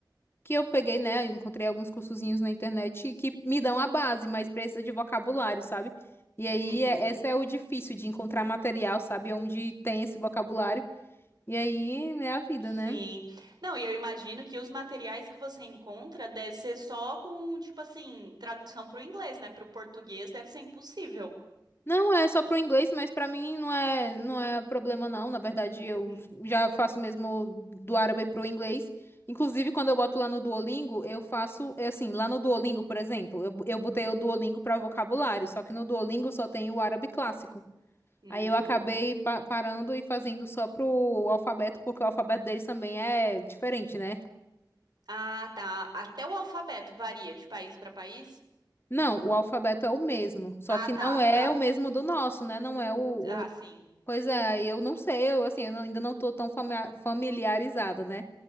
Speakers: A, on the left (about 30°); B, on the right (about 60°).
A: que eu peguei, né? eu Encontrei alguns cursozinhos na internet que me dão a base, mas precisa de vocabulário, sabe? E aí,
B: Uhum.
A: é, esse é o difícil de encontrar material, sabe? É Onde tem esse vocabulário. E aí é a vida,
B: Sim.
A: né?
B: Não, e eu imagino que os materiais que você encontra deve ser só com, tipo assim, tradução para o inglês, né? Para o português deve ser impossível.
A: Não é só pro inglês, mas pra mim não é, não é problema, não. Na verdade, eu
B: Uhum.
A: já faço mesmo do árabe pro inglês. Inclusive, quando eu boto lá no Duolingo, eu faço, é assim, lá no Duolingo, por exemplo, eu, eu botei o Duolingo pra vocabulário, só que no Duolingo só tem o árabe clássico.
B: Hum.
A: Aí eu acabei pa- parando e fazendo só pro alfabeto, porque o alfabeto deles também é diferente, né?
B: Ah, tá. Até o alfabeto varia de país para país?
A: Não, o alfabeto é o mesmo, só que
B: Ah, tá,
A: não é
B: tá.
A: o mesmo do nosso, né? Não é o,
B: Ah,
A: o-
B: sim.
A: Pois é, eu não sei, eu assim, eu não- ainda não tô tão fami- familiarizada, né?